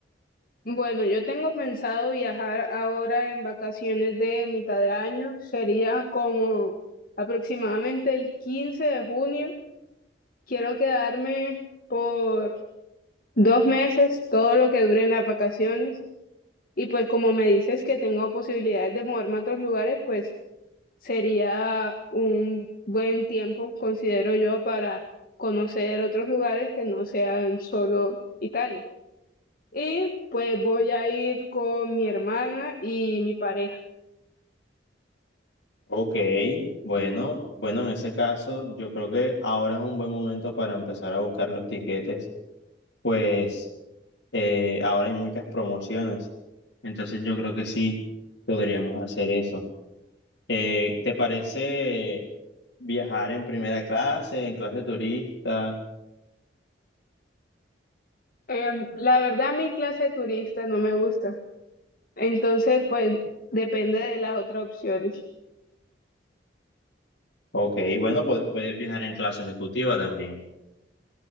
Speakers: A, on the left; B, on the left.
A: Bueno, yo tengo pensado viajar ahora en vacaciones de mitad de año. Sería como aproximadamente el 15 de junio. Quiero quedarme por dos meses, todo lo que duren las vacaciones. Y pues como me dices que tengo posibilidades de moverme a otros lugares, pues sería un buen tiempo, considero yo, para conocer otros lugares que no sean solo Italia. Y pues voy a ir con mi hermana y mi pareja.
B: Ok, bueno, bueno, en ese caso yo creo que ahora es un buen momento para empezar a buscar los tiquetes, pues eh, ahora hay muchas promociones, entonces yo creo que sí podríamos hacer eso. Eh, ¿te parece viajar en primera clase, en clase turista?
A: Em, la verdad, mi clase de turista no me gusta. Entonces, pues depende de las otras opciones.
B: Ok, bueno, pu- puedes viajar en clase ejecutiva también.